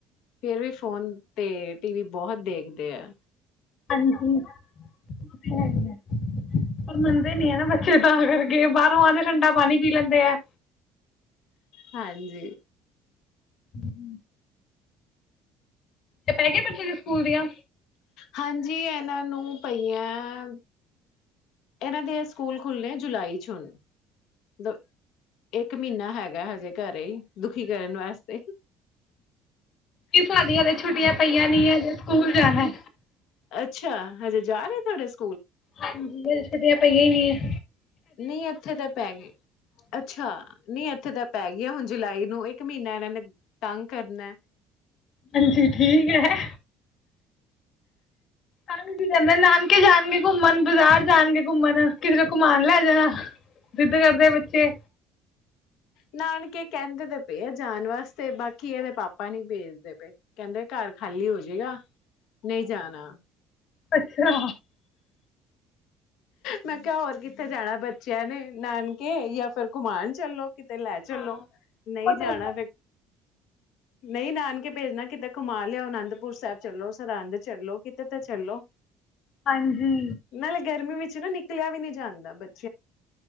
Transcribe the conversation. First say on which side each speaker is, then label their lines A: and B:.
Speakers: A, on the left; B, on the left.
A: ਫੇਰ ਵੀ ਫੋਨ ਤੇ ਟੀ ਵੀ ਬਹੁਤ ਦੇਖਦੇ ਐ।
B: ਹਾਂਜੀ ਉਹ ਤੇ ਹੈਗਾ। ਪਰ ਮੰਨਦੇ ਨੀ ਹੈ ਨਾ ਬੱਚੇ ਤਾਂ ਅਗਰ ਗੇਮ ਬਾਹਰੋਂ ਆਦੇ ਠੰਡਾ ਪਾਣੀ ਪੀ ਲੈਂਦੇ ਆ।
A: ਹਾਂਜੀ।
B: ਹੂੰ ਤੇ ਪੈ ਗੇ ਬੱਚੇ ਦੇ ਸਕੂਲ ਦੀਆਂ
A: ਹਾਂਜੀ ਇਹਨਾਂ ਨੂੰ ਪਈਆਂ, ਇਹਨਾਂ ਦੇ ਸਕੂਲ ਖੁੱਲਣੇ ਜੁਲਾਈ ਚ ਹੁਣ ਦੋ, ਇੱਕ ਮਹੀਨਾ ਹੈਗਾ ਹਜੇ ਘਰੇ ਹੀ ਦੁਖੀ ਕਰਨ ਵਾਸਤੇ
B: ਕੀ ਸਾਡੀਆ ਹਜੇ ਛੁੱਟੀਆਂ ਪਈਆਂ ਨੀ ਹਜੇ ਸਕੂਲ ਜਾਣਾ
A: ਅੱਛਾ ਹਜੇ ਜਾ ਰਹੇ ਤੁਹਾਡੇੂ ਸ
B: ਹਾਂਜੀ ਹਜੇ ਛੁੱਟੀਆਂ ਪਈਆਂ ਨਹੀਂ ਆ।
A: ਨਹੀਂ ਇੱਥੇ ਤਾਂ ਪੈ ਗਏ। ਅੱਛਾ ਨਹੀਂ ਏ ਉੱਥੇ ਤਾਂ ਪੈ ਗਿਆਈ ਹੁਣ ਜੁਲਾਈ ਨੂੰ ਇੱਕ ਮਹੀਨਾ ਇਹਨਾਂ ਨੇ ਤੰਗ ਕਰਨਾ
B: ਹਾਂਜੀ ਠੀਕ ਹੈ। ਕਹਦੇ ਨਾਨਕੇ ਜਾਣਗੇ ਘੁੰਮਣ ਬਾਜ਼ਾਰ ਜਾਣਗੇ ਘੁੰਮਣ ਕਿਧਰੇ ਘੁਮਣ ਲੈ ਜਾਣਾ ਜਿੱਦ ਕਰਦੇ ਬੱਚੇ
A: ਨਾਨਕੇ ਕਹਿੰਦੇ ਤੇ ਪਏ ਆ ਜਾਣ ਵਾਸਤੇ ਬਾਕੀ ਇਹਦੇ ਪਾਪਾ ਨਹੀ ਭੇਜਦੇ ਪਏ ਕਹਿੰਦੇ ਘਰ ਖਾਲੀ ਹੋਜੇਗਾ ਨਹੀਂ ਜਾਣਾ
B: ਅੱਛਾ
A: ਮੈਂ ਕਿਹਾ ਹੋਰ ਕਿੱਥੇ ਜਾਣਾ ਬੱਚ ਬੱਚਿਆਂ ਨੇ ਨਾਨਕੇ ਜਾਂ ਫਿਰ ਘੁਮਾਣ ਚੱਲੋ ਕਿਤੇ ਲੈ ਚੱਲੋ
B: ਹਾਂ
A: ਨਹੀਂ
B: ਉਹ
A: ਜਾਣਾ
B: ਤੇ ਹੈ
A: ਫਿਰ ਨਹੀਂ ਨਾਨਕੇ ਭੇਜਣਾ ਕਿਤੇ ਘੁਮਾ ਲਿਆ ਅਨੰਦਪੁਰ ਸਾਹਿਬ ਚੱਲੋ ਸਰਹੰਦ ਚੱਲੋ ਕਿਤੇ ਤਾਂ ਚੱਲੋ
B: ਹਾਂਜੀ
A: ਨਾਲੇ ਗਰਮੀ ਵਿੱਚ ਨਾ ਨਿਕਲਿਆ ਵੀ ਨੀ ਜਾਂਦਾ ਬੱਚ